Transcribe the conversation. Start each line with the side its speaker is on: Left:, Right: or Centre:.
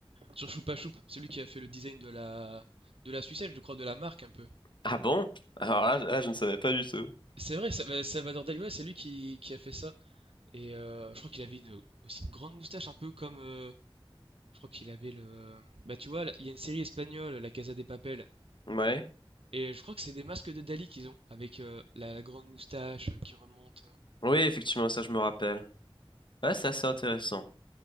Right: Sur Choupa Choup, celui qui a fait le design de la, de la sucette, je crois, de la marque un peu.
Left: Ah bon? Alors là, là, je ne savais pas du tout.
Right: C'est vrai, Sa- Salvador Dali, ouais, c'est lui qui, qui a fait ça. Et euh, je crois qu'il avait une- aussi une grande moustache, un peu comme. euh, je crois qu'il avait le. Bah, tu vois, là, il y a une série espagnole, La Casa des Papel.
Left: Ouais.
Right: Et je crois que c'est des masques de Dali qu'ils ont, avec euh, la, la grande moustache euh, qui remonte.
Left: Oui, effectivement, ça, je me rappelle. Ouais, c'est assez intéressant.